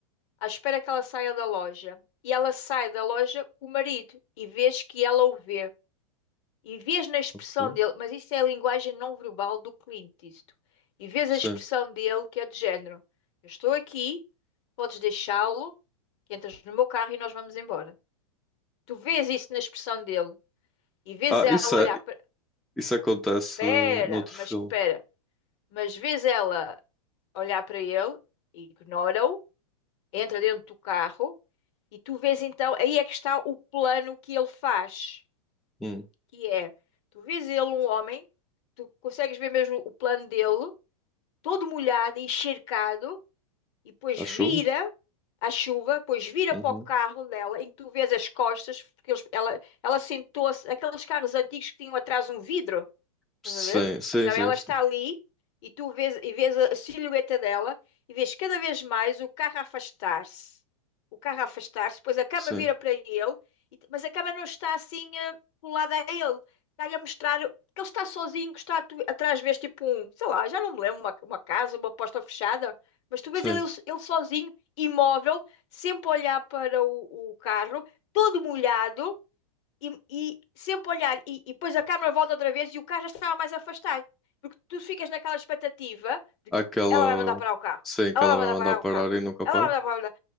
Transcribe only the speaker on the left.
à espera que ela saia da loja. E ela sai da loja com o marido e vês que ela o vê. E vês na expressão
dele, mas isso é a linguagem não verbal do Clint, isto. E vês
a expressão dele que é do género: Eu estou aqui, podes deixá-lo, que entras no meu carro e nós vamos embora. Tu vês isso na expressão dele e vês
ela
olhar
para.
Espera,
mas
espera. Mas vês ela olhar para ele, ignora-o, entra dentro do carro E tu vês então, aí é que está o plano que ele faz,
que é, tu vês ele um homem, tu consegues ver mesmo o plano dele, todo molhado, encharcado, e depois
vira
a chuva, depois vira
para o carro dela, em que tu vês as costas, porque eles- ela, ela sentou-se, aqueles carros antigos que tinham atrás um vidro, Estás
a ver?
Então
ela
está ali e tu vês, e vês a silhueta dela e vês cada vez mais o carro a afastar-se. O carro a afastar-se, depois a cama
vira para ele, e- mas a cama não está assim eh, colada a ele. Está-lhe a mostrar que ele está sozinho, que está tu- atrás, vês tipo um, sei lá, já não me lembro, uma, uma casa, uma porta fechada, mas tu vês
ele, ele sozinho, imóvel, sempre a olhar para o o carro, todo molhado e, e sempre olhar, e, e depois a câmera volta outra vez e o carro já estava mais afastado, porque tu ficas naquela expectativa de
que ela vai mandar parar o carro,
ela
vai
mandar
parar
o carro,
ela
vai mandar parar o carro,